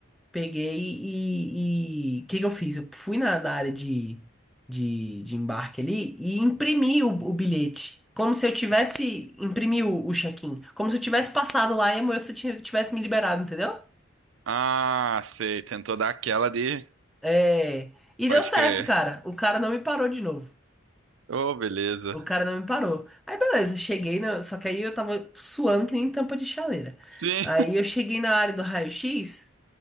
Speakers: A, in the centre; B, on the right.
A: peguei e. e- O que que eu fiz? Eu fui na, na área de, de, de embarque ali e imprimi o, o bilhete. Como se eu tivesse. Imprimi o, o check-in. Como se eu tivesse passado lá e a moça tinha- tivesse me liberado, entendeu?
B: Ah, sei. Tentou dar aquela de.
A: É. E
B: Pode
A: deu certo,
B: crer.
A: cara. O cara não me parou de novo.
B: Oh, beleza.
A: O cara não me parou. Aí beleza, cheguei na. Só que aí eu tava suando que nem tampa de chaleira.
B: Sim.
A: Aí
B: <laughs>
A: eu cheguei na área do raio-x,